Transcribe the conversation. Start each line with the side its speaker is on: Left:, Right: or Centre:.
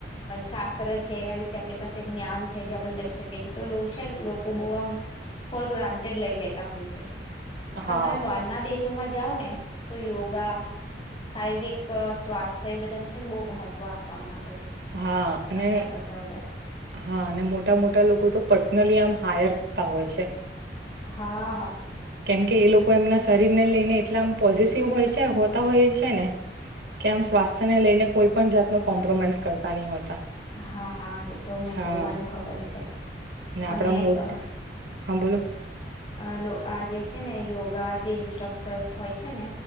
Left: શાસ્ત્ર છે એના વિશે આપણી પાસે જ્ઞાન છે જે આપણે લઈ શકીએ છેએ તો છે ને લોકો બહુ આમ ફોર ગ્રાન્ટેડ લઈ લેતા હોય છે. પણ
Right: હા
Left: તમે બાર ના દેશોમાં જ જાઓ ને તો યોગા શારીરિક સ્વાસ્થ્ય તો એ બધાને છે ને બહુ મહત્વ આપવામાં આવે છે.
Right: હા અને
Left: અહીંયા કરતા વધારે.
Right: હા અને મોટા મોટા લોકો તો પર્સનલી આમ હાયર કરતા હોય છે.
Left: હા
Right: કેમકે એ લોકો એમના શરીરને લઈને એટલા આમ પોઝેસિવ હોય છે હોતા હોય છે ને કે આમ સ્વાસ્થ્યને લઈને કોઈ પણ જાતનો કોમ્પ્રોમાઈઝ કરતા નહીં હોતા.
Left: હા હા એ તો મેં
Right: હા
Left: જો મને ખબર છે
Right: આપડા
Left: અને
Right: મુ
Left: અહ
Right: હા બોલો.
Left: અહ લો આ જે છે ને યોગા જે ઇન્સ્ટ્રક્સર્સ હોય છે ને